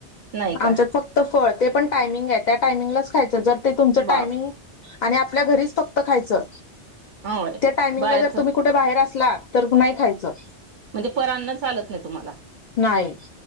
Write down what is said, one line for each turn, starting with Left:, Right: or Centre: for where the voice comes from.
Right: नाही का
Left: आमच्यात फक्त फळ ते पण टायमिंग आहे त्या टायमिंगलाच खायच जर ते तुमच
Right: बाप
Left: टायमिंग आणि आपल्या घरीच फक्त खायचं
Right: होय
Left: त्या टायमिंगला
Right: बाहेरच
Left: जर तुम्ही कुठे बाहेर असला, तर नाही खायचं
Right: म्हणजे पर अन्न चालत- मला
Left: नाही